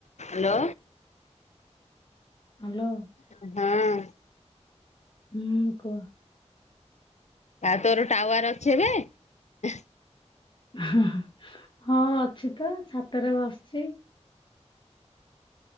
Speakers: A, on the left; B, on the left.
A: Hello.
B: Hello.
A: ହୁଁ।
B: ହୁଁ କୁହ?
A: ତା ତୋର ଟାୱାର ଅଛି ଏବେ ଏହେ
B: ଉଁହୁଁ ହୁଁ ହଁ ଅଛି ତ ଛାତରେ ବସିଚି।